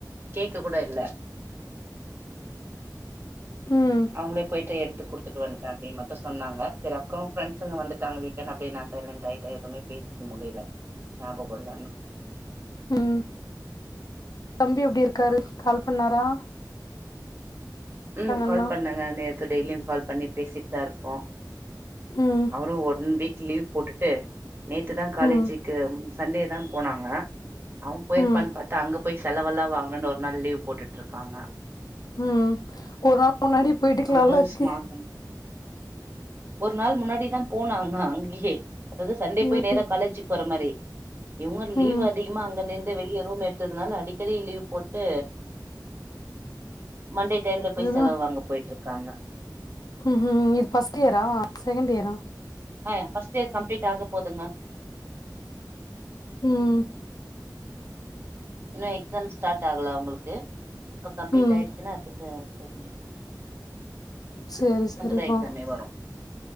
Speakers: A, on the right (about 30°); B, on the left (about 60°).
A: கேக்க கூட இல்ல
B: ம்
A: அவங்களே போய்ட்டு எடுத்து குடுத் எடுத்துட்டு வன்டே அப்டின்னு மட்டு சொன்னாங்க செரி அப்பறோ ஃப்ரெண்ட்ஸ்ங்க வந்துட்டாங்க வீட்லன்னு அப்டியே நா சைலண்ட் ஆயிட்டே எதுமே பேச முடில ஞாபகோ இல்ல ஆனா
B: ம் தம்பி எப்டி இருக்காரு கால் பண்ணாறா
A: ம் கால்
B: அண்ணா
A: பண்ணாங்க நேத்து டெய்லியு கால் பண்ணி பேசிட்டுதா இருக்கோ
B: ம்
A: அவரு ஒன் வீக் லீவ் போட்டுட்டு நேத்துதா காலேஜி
B: ம்
A: க்கு சண்டே தா போனாங்க அவே போயிருப்பான்னு
B: ம்
A: பார்த்தா அங்க போய் செலவெல்லா வாங்கணுன்னு ஒரு நாள் லீவ் போட்டுட்டு இருக்காங்க
B: ம் ஒரு நாள் முன்னாடி போயிட்டுக்கலால்ல
A: ரூம்ஸ்
B: அதுக்கு
A: மாத்தணு ஒரு நாள் முன்னாடிதா போனாங்க அங்கயே அதாவது சண்டே
B: ம்
A: போய் நேரா காலேஜிக்கு போற மாரி இவுங்க லீவ்
B: ம்
A: அதிகமா அங்க நிண்டு வெளிய ரூம் எடு ததுனால அடிக்கடி லீவ் போட்டு மண்டே டைம்ல போய்
B: அதுதா
A: செலவு வாங்க போயிட்டு இருக்காங்க
B: ம் ம் இது ஃபர்ஸ்ட் இயரா செகண்ட் இயரா
A: ஆ ஃபர்ஸ்ட் இயர் கம்ப்ளீட் ஆக போதுங்க
B: ம்
A: இன்னு எக்ஸாம் ஸ்டார்ட் ஆகல அவங்களுக்கு இப்போ கம்ப்ளீட்
B: ம்
A: ஆயிடுச்சின்னா அடுத்து செகண்ட் இயர் போக
B: சேரி சேரிப்பா
A: தா எக்ஸாமே வரு